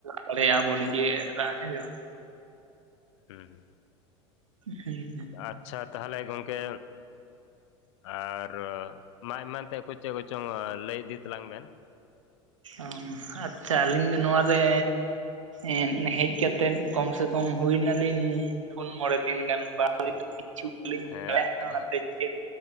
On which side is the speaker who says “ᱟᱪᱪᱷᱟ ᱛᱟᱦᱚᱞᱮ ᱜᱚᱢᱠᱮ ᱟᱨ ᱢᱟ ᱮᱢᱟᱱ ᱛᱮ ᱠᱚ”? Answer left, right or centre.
Left